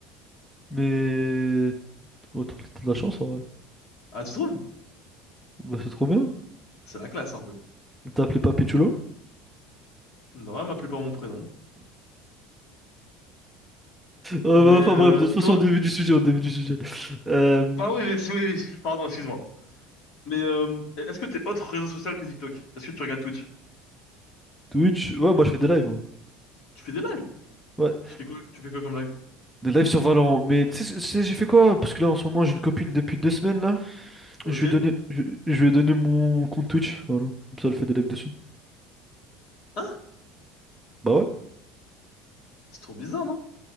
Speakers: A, in the centre; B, on the left.
A: mais. Oh, t'as t'as de la chance, en vrai.
B: Ah, tu trouves?
A: Bah, c'est trop bien.
B: C'est la classe, un peu.
A: T'as appelé Papichulo?
B: Non, elle m'appelait par mon prénom. Mais
A: Euh, enfin
B: euh,
A: bref, de toute façon,
B: toi...
A: au début du sujet, au début du sujet. Euh,
B: Bah oui, mais c'est- oui, oui, pardon, excuse-moi. Mais euh, est-ce que t'es autre réseau social que TikTok? Est-ce que tu regardes Twitch?
A: Twitch, ouais, moi je fais des lives, moi.
B: Tu fais des lives?
A: Ouais,
B: Tu fais quoi, tu fais quoi comme live?
A: des lives sur Valorant. Mais tu sais, tu sais, j'ai fait quoi? Parce que là, en ce moment, j'ai une copine depuis deux semaines, là.
B: Ok.
A: Je vais donner je, je lui ai mon compte Twitch, voilà. Comme ça, elle fait des lives dessus.
B: Hein?
A: Bah ouais,
B: C'est trop bizarre, non?